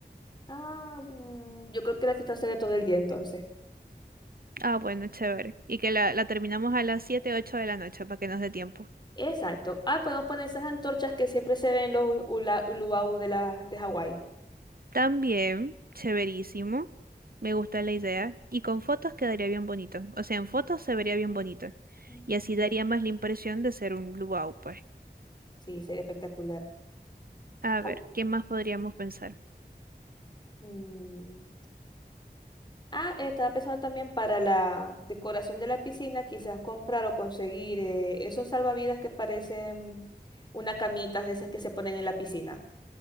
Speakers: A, on the left; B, on the right.
A: Ah, mm, yo creo que la fiesta será todo el día entonces.
B: Ah, bueno, chévere. Y que la, la terminamos a las 7 8 de la noche para que nos dé tiempo.
A: Exacto. Ah, podemos poner esas antorchas que siempre se ven en los ula- luau de, la, de Hawái.
B: También, severísimo. Me gusta la idea. Y con fotos quedaría bien bonito. O sea, en fotos se vería bien bonito.
A: Mm.
B: Y así daría más la impresión de ser un luau, pues.
A: Sí, sería espectacular.
B: A
A: Ah,
B: ver, ¿qué más podríamos pensar?
A: mm, ah, estaba pensando también para la decoración de la piscina, quizás comprar o conseguir eh, esos salvavidas que parecen una camita de esas que se ponen en la piscina,